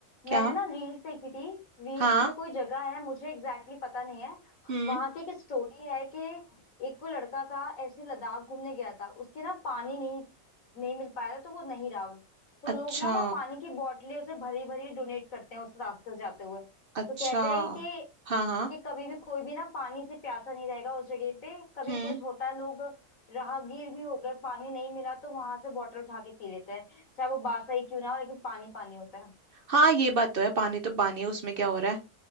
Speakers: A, on the left (about 85°); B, on the right (about 50°).
A: मैंने
B: क्या
A: ना रील्स देखी थी रील्स
B: हाँ
A: में कोई जगह है मुझे एग्जैक्टली exactly पता नहीं है
B: हम्म
A: वहां की एक स्टोरी है कि एक कोई लड़का था ऐसे लद्दाख घूमने गया था उसके ना पानी नहीं नहीं मिल पाया था तो वो नहीं रहा तो
B: अच्छा
A: लोग ना वहाँ पानी की बोतलें उसे भरी भरी डोनेट करते हैं उस रास्ते से जाते हुए
B: अच्छा
A: तो कहते हैं कि
B: हाँ हाँ
A: कि कभी भी कोई भी ना पानी से प्यासा नहीं रहेगा उस जगह पे कभी
B: हम्म
A: कुछ होता है लोग राहगीर भी हो गए पानी नहीं मिला तो वहां से बॉटल उठा के पी लेते हैं चाहे वो बासा ही क्यों ना हो लेकिन पानी पानी होता है
B: हाँ ये बात तो है पानी तो पानी है उसमें क्या हो रहा है